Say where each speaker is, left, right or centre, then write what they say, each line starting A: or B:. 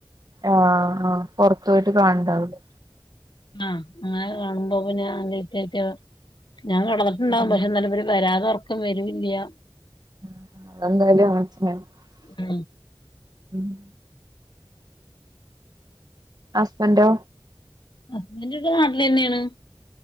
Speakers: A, on the right; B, on the left.
A: ആ ആഹ് പൊറത്തോയിട്ട് കാ ണ്ഇണ്ടാവുംലെ
B: ആ അങ്ങനെ കാണുമ്പോ പിന്നെ അതിന്റെറ്റ ഞാൾ കെടന്ന്ട്ടുണ്ടാവും
A: ഉം
B: പക്ഷെ ന്നാലിവർ വെരതെ ഉറക്കം വരൂല്ല്യാ.
A: <unintelligible>
B: ആ
A: മം ഹസ്ബന്റോ?
B: ഹുസ്ബന്റ് ഇവിടെ നാട്ടിലെന്നെണ്.